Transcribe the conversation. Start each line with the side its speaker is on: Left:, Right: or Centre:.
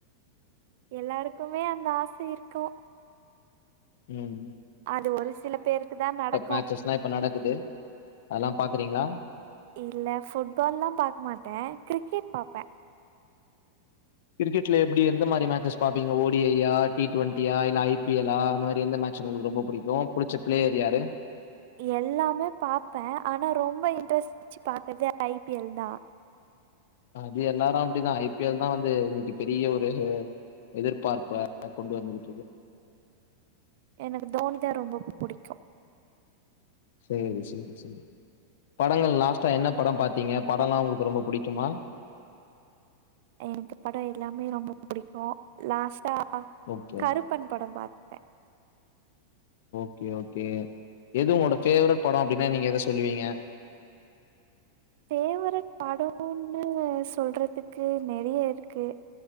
Right: எல்லாருக்குமே அந்த ஆசை இருக்கும்
Left: உம்
Right: அது ஒரு சில பேருக்கு தான் நடக்கும்
Left: மேட்சஸ்லா இப்ப நடக்குது அதெல்லா பாக்குறீங்களா
Right: இல்ல புட்பால்லாம் பாக்க மாட்டேன் கிரிக்கெட் பாப்பேன்
Left: கிரிக்கெட்ல எப்படி எந்த மாதிரி மேட்சஸ் பாப்பீங்க ஓடிஐயா டி டுவெண்ட்டியா இல்ல ஐபிஎல்லா அந்த மாதிரி எந்த மேட்ச உங்களுக்கு ரொம்ப பிடிக்கும் புடிச்ச ப்ளேயர் யாரு
Right: எல்லாமே பாப்பேன் ஆனா ரொம்ப இன்ட்ரெஸ்ட பாக்குறதே ஐபிஎல் தான்
Left: அது எல்லாரும் அப்படிதான் ஐ ஐ பி எல் தான் வந்து இன்னைக்கு பெரிய ஒரு எதிர்பார்ப்ப கொண்டு வந்துகிட்டு இருக்கு
Right: எனக்கு தோனிதா ரொம்ப புடிக்கும்
Left: செரி செரி செரி படங்கள் லாஸ்ட்டா என்ன படம் பார்த்தீங்க படம்ல்லாம் உங்களுக்கு ரொம்ப புடிக்குமா
Right: எனக்கு படம் எல்லாமே ரொம்ப பிடிக்கும் லாஸ்டா
Left: ஓகே
Right: கருப்பன் படம் பாத்தேன்
Left: ஓகே ஓகே எது உங்களோட பேவரட் படம் அப்படின்னா நீங்க எதை சொல்லுவீங்க
Right: பேவரட் படம்னு சொல்றதுக்கு நெறைய இருக்கு